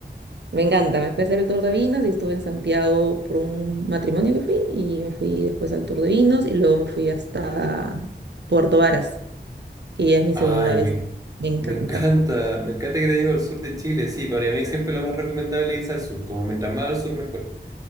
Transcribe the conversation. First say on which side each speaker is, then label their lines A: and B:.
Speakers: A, on the right; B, on the right.
A: me encanta, me fui a hacer el tour de vinos y estuve en Santiago por un matrimonio que fui y me fui después al tour de vinos y luego me fui hasta Puerto Varas, que ya es mi
B: Ay,
A: segunda vez.
B: me,
A: Me encanta.
B: me encanta, me encanta que te digo el sur de Chile, sí, para mí siempre lo más recomendable es ir al sur, como mientras más al sur mejor.